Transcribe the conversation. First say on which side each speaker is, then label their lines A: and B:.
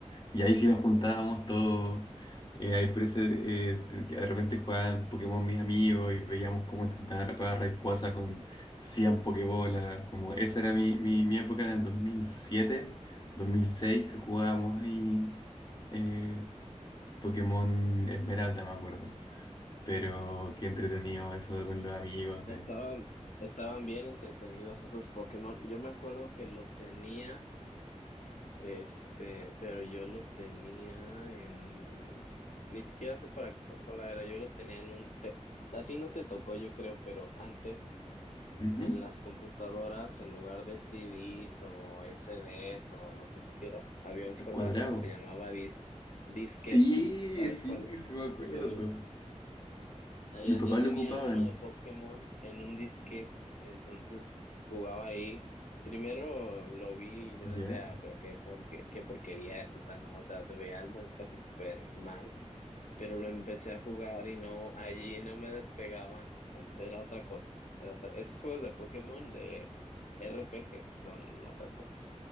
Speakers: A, on the left; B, on the left.
A: Y ahí sí nos
B: oh,
A: juntábamos todos. Eh, ahí por ese, eh, te- que de repente jugaban Pokémon mis amigos y veíamos cómo intentaban atrapar a Rayquaza con 100 Pokébolas. Como esa era mi, mi, mi época en el 2007, 2006, que jugábamos ahí eh, Pokémon Esmeralda, me acuerdo. Pero qué entretenido eso con los amigos de
B: estaban, estaban bien entretenidos esos Pokémon. Yo me acuerdo que lo tenía. Este, pero yo lo tenía en, ni siquiera sé para qué consola era, yo lo tenía en un, te- a ti no te tocó, yo creo, pero antes
A: Ujú.
B: en las computadoras, en lugar de CDs o SDs o lo que tú quieras, había un
A: los
B: formato
A: cuadrados.
B: que se llamaba dis, disquete,
A: Sí,
B: ¿sabes
A: sí,
B: cuál es?
A: sí me acuerdo.
B: Se no,
A: Mis
B: yo,
A: papás
B: yo tenía
A: lo ocupaban.
B: uno de Pokémon en un disquete, entonces jugaba ahí. Primero lo vi y yo
A: ¿Ya?
B: decía, "Ah, pero qué, porque- qué porquería es esa, ¿no? O sea, se veía el monito así súper mal, pero lo empecé a jugar y no, allí no me despegaban. Es- Era otra cosa. Era otra. Esos juegos de Pokémon de RPG son otra cosa.